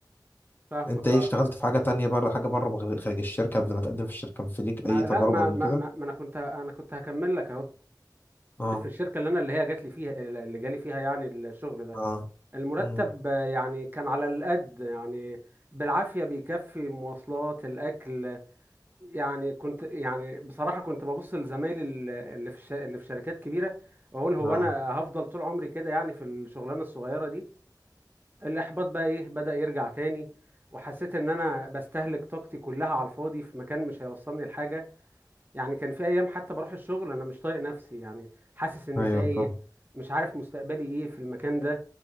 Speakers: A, on the right; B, on the left.
A: فاهمك
B: أنت إيه
A: اه
B: اشتغلت في حاجة تانية بره حاجة بره خارج الشركة قبل ما تقدم في الشركة في ليك
A: ما
B: أي تجارب
A: لا ما
B: قبل
A: ما,
B: كده؟
A: ما, ما انا كنت انا كنت هكمل لك اهو
B: اه
A: في الشركة اللي انا اللي هي جات لي فيها اللي جالي فيها يعني الشغل ده
B: اه
A: المرتب
B: مم.
A: آه، يعني كان على القد يعني بالعافية بيكفي مواصلات الأكل يعني كنت يعني بصراحة كنت ببص لزمايلي ال- اللي في الش... اللي في شركات كبيرة واقول هو
B: اه
A: انا هفضل طول عمري كده يعني في الشغلانة الصغيرة دي الاحباط بقى ايه بدأ يرجع تاني وحسيت ان انا بستهلك طاقتي كلها على الفاضي في مكان مش هيوصلني لحاجة يعني كان في ايام حتى بروح الشغل انا مش طايق نفسي يعني حاسس اني
B: ايوه
A: تايه
B: انا فاهم
A: مش عارف مستقبلي ايه في المكان ده